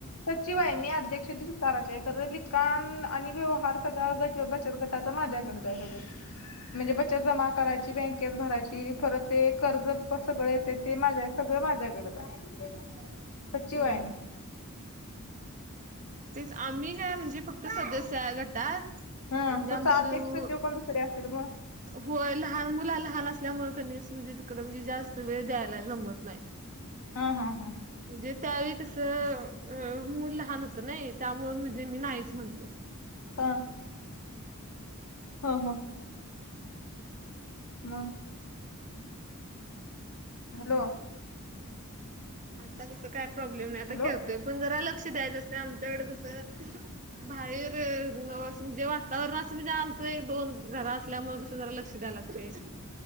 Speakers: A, on the left; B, on the right.
A: सचिव आहे मी, अध्यक्ष ती स्वतःचे आहे. कर लिखाण आणि व्यवहार सगळं गच बचत ग तसं माझ्याकडचं आहे सगळं म्हणजे बचत जमा करायची बँकेत भरायची परत ते कर्जत पण सगळं येते ते माझ्या सगळं माझ्याकडचं आहे. सचिव
B: हम्म
A: आहे
B: हम्म.
A: मी
B: तेच आम्ही काय म्हणजे फक्त सदस्य आहे घटात
A: हा
B: जामचं
A: तुझा अध्यक्ष
B: हो
A: सचिव कोण दुसरे असतील मग
B: होय लहान मुला लहान असल्यामुळे क नी म्हणजे तिकडे म्हणजे जास्त वेळ द्यायला जमत नाही.
A: हा हा हा.
B: जे त्यावेळी कसं अ मूल लहान होतं नाही त्यामुळे म्हणजे मी नाहीच म्हंटलं.
A: का हो हो म हॅलो.
B: आता कसं काय प्रॉब्लेम नाही आता
A: हॅलो
B: खेळतोय पण जरा लक्ष द्यायचं असतं आमच्याकडे कसं बाहेर जवळ असून जेव्हा आतावर रास म्हणजे आमचे ही एक-दोन घरा असल्यामुळे मग जरा लक्ष द्या लाग ते